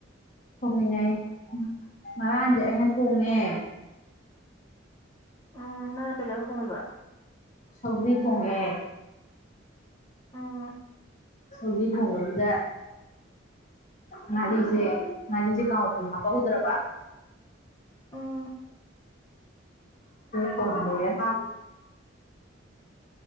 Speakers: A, on the left; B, on the left.
A: ꯊꯣꯡꯃꯤꯟꯅꯩ ꯉꯔꯥꯡꯗꯤ ꯑꯩꯅ ꯊꯣꯡꯉꯦ
B: ꯎꯝ ꯅꯪꯅ ꯀꯩꯖꯪ ꯍꯣꯡꯉꯕ
A: ꯁꯧ꯭ꯔꯤ ꯊꯣꯡꯉꯦ
B: ꯎꯝ
A: ꯁꯣꯒꯤ ꯊꯣꯡꯕꯗꯨꯗ ꯉꯥꯔꯤꯁꯦ ꯉꯥꯔꯤꯁꯦ ꯀꯥꯎꯄ ꯍꯥ ꯕꯥꯎꯧꯗ꯭ꯔꯕꯥ
B: ꯎꯝ
A: ꯐꯣꯟ ꯂꯣꯏꯣꯏ ꯍ